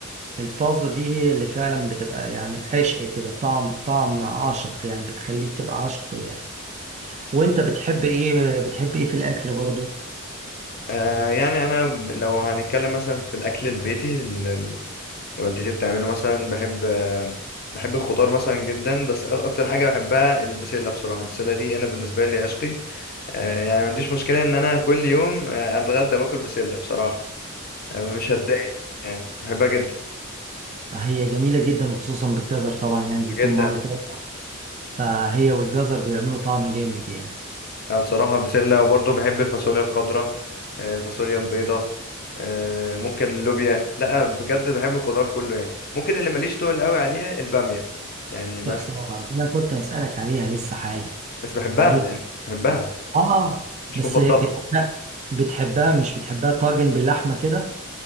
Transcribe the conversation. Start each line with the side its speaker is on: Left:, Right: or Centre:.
Right: الطازة دي هي اللي فعلا بتبقى يعني عشق كده طعم طعم عاشق يعني بتخليك تبقى عاشقه يعني وانت بتحب ايه بتحب ايه في الاكل برضو
Left: آه يعني انا لو هنتكلم مثلا في الاكل البيتي اللي اللي والدتي بتعمله مثلا بحب آه بحب الخضار مثلا جدا بس أ- اكتر حاجه بحبها البسله بصراحه البسله دي انا بالنسبه لي عشقي آه يعني ما عنديش مشكله ان انا كل يوم آه اتغدى واكل بسله بصراحه آه مش هتضايق يعني بحبها جدا
Right: هي جميلة جدا وخصوصا بالجزر طبعا يعني بيكون
Left: جدا
Right: معاها الجزر فهي والجزر بيعملوا طعم جامد يعني
Left: انا بصراحه بسله وبرضه بحب الفاصوليا الخضراء آه، الفاصوليا البيضاء آه، ممكن اللوبيا لا بجد بحب الخضار كله يعني ممكن اللي ماليش تقول قوي عليها الباميه يعني بس
Right: يا خسارة أنا كنت هسألك عليها لسه حالا
Left: بس بحبها
Right: هقول لك
Left: يعني بحبها
Right: آه
Left: مش
Right: بس
Left: مفضله
Right: بتحبها بتحبها مش بتحبها طاجن باللحمة كده